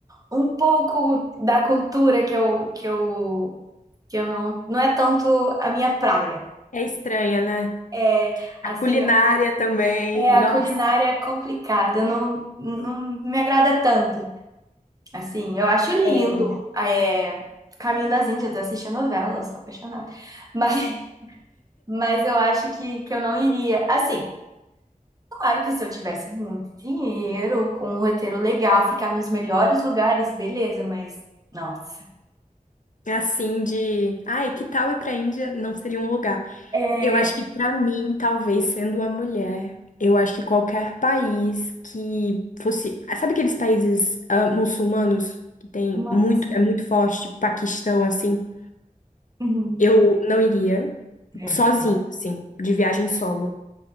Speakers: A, on the right; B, on the left.
A: um pouco da cultura que eu, que eu, que eu não, não é tanto a minha praia.
B: É estranha, né?
A: É, assim,
B: A culinária também,
A: é
B: nossa.
A: a culinária é complicada, eu não, não me agrada tanto. Assim, eu acho lindo,
B: É.
A: é, Caminho das Índias, eu assisti a novela, eu sou apaixonada. <laughs> Mas, mas eu acho que, que eu não iria. Assim, claro que se eu tivesse muito dinheiro, com um roteiro legal, ficar nos melhores lugares, beleza, mas nossa.
B: É Assim de, ai, que tal ir pra Índia? Não seria um lugar.
A: É,
B: Eu acho que pra mim, talvez sendo uma mulher, eu acho que qualquer país que fosse, sabe aqueles países ah, muçulmanos que tem
A: Não,
B: muito,
A: sim.
B: é muito forte, tipo Paquistão assim,
A: Uhum.
B: eu não iria
A: É.
B: sozinho, assim, de viagem solo.